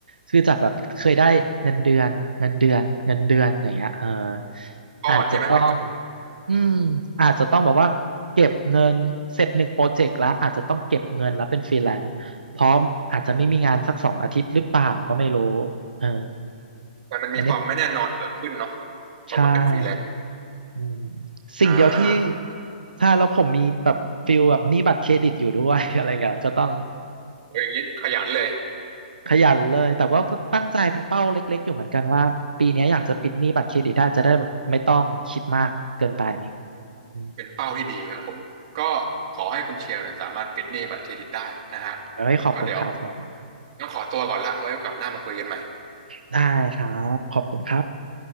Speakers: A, on the right (about 85°); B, on the right (about 50°).
A: คือจากแบบเคยได้เงินเดือนเงินเดือนเงินเดือนอย่างเงี้ยเออ
B: ก้อนใช่ไหมเป็นก้อน
A: อาจจะต้องอืมอาจจะต้องแบบว่าเก็บเงินเสร็จหนึ่งโปรเจกต์แล้วอาจจะต้องเก็บเงินแล้วเป็นฟรีแลนซ์เพราะอาจจะไม่มีงานสักสองอาทิตย์หรือเปล่าก็ไม่รู้เออ
B: แต่มันมีความไม่แน่นอนเกิดขึ้นเนาะ
A: อันนี้ใช่
B: พอมาเป็นฟรีแลนซ์
A: อืมสิ่งเดียวที่
B: อ่า
A: ถ้าแล้วผมมีแบบฟิลแบบหนี้บัตรเครดิตอยู่ด้วย <laughs> อะไรเงี้ยก็ต้อง
B: โอ้ยอย่างนี้ขยันเลย
A: ขยันเลย แต่ว่าก็ตั้งใจเป็นเป้าเล็กๆอยู่เหมือนกันว่าปีเนี้ยอยากจะปิดหนี้บัตรเครดิตได้จะได้แบบไม่ต้องคิดมากเกินไปอืม
B: เป็นเป้าที่ดีครับผมก็ขอให้คุณเชลเนี่ยสามารถปิดหนี้บัตรเครดิตได้นะฮะ
A: ไว้ขอบคุณครับขอบคุณครับ
B: ก็เดี๋ยวต้องขอตัวก่อนละไว้โอกาสหน้ามาคุยกันใหม่
A: ได้ครับ ขอบคุณครับ